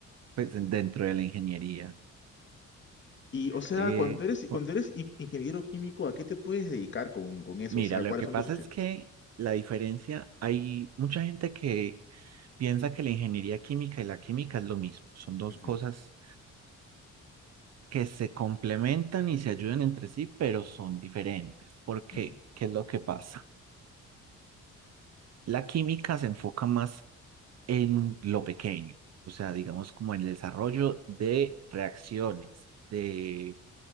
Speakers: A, on the right (about 60°); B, on the left (about 40°).
A: pues en- dentro de la ingeniería.
B: Y, o sea,
A: Eh,
B: cuando eres,
A: jo-
B: cuando eres in- ingeniero químico, ¿a qué te puedes dedicar con, con eso?
A: mira,
B: O sea,
A: lo
B: ¿cuáles
A: que
B: son
A: pasa
B: tus opciones?
A: es que la diferencia, hay mucha gente que piensa que la ingeniería química y la química es lo mismo. Son dos
B: Ujú,
A: cosas que se complementan y se ayudan entre sí, pero son diferentes. ¿Por qué?
B: ujú,
A: ¿Qué es lo que pasa? La química se enfoca más en lo pequeño, o sea,
B: ujú,
A: digamos como en el desarrollo de reacciones, de